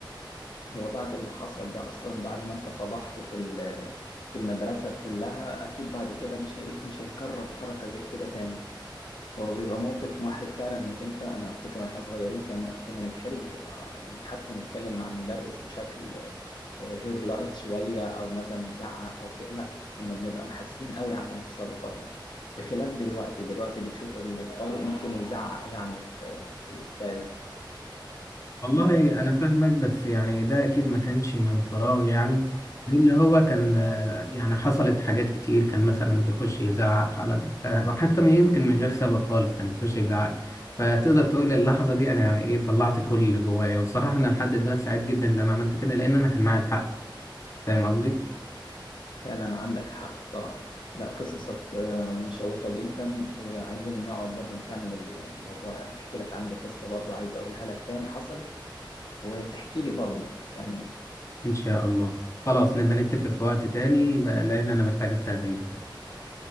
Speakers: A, on the left; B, on the left.
A: هو بعد اللي حصل ده اصلا بعد ما انت فضحته في ال- في المدرسة كلها اكيد بعد كده مش هي مش هيكرر حركة زي كده تاني هو بيبقى موقف محرج فعلا انك انت انا افتكر واحنا صغيرين كنا كنا نتحرج آه، يعني حتى نتكلم مع المدرس بشكل آه، غير لائق شوية او مثلا نزعق او كده لا كنا بنبقى محاسبين قوي على تصرفاتنا بخلاف دلوقتي دلوقتي بتشوف الطالب ممكن يزعق يعني في في الاستاذ
B: والله أنا فاهمك بس يعني ده أكيد ما كانش من فراغ يعني لأن هو كان آه، يعني حصلت حاجات كتير كان مثلا بيخش يزعق على ال- آه، وحتى من- يمكن من غير سبب خالص كان بيخش يزعق فتقدر تقول اللحظة دي أنا يعني إيه طلعت كل اللي جوايا والصراحة أنا لحد دلوقتي سعيد جدا إن أنا عملت كده لأن أنا كان معايا الحق فاهم قصدي؟
A: فعلا عندك حق بصراحة لا قصصك آه، مشوقة جدا وعايزين نقعد برضه نكمل الموضوع نحكي لك عندي قصة برضه عايز أقولها لك تاني حصلت وتحكي لي برضه يعني
B: إن شاء الله خلاص نبقى نتفق في وقت تاني بقى لأن أنا محتاج أستأذن دلوقتي